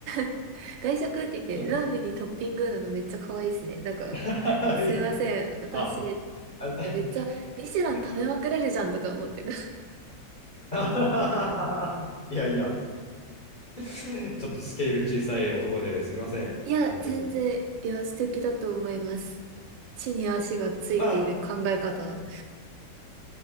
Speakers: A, on the right; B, on the left.
A: <laughs> 外食って言って、
B: うん
A: ラーメンにトッピングなのめっちゃかわいいですね。なんか、
B: <laughs>
A: すいません。私、
B: あ、あ、
A: なんかめっちゃ、ミシュラン食べまくれるじゃんとか思って。
B: なんか
A: <laughs>
B: <laughs> いやいや、ちょっとスケール小さい男ですいません、
A: いや、
B: 本当に。
A: 全然、いや、素敵だと思います。地に足がついている考え方。
B: まあ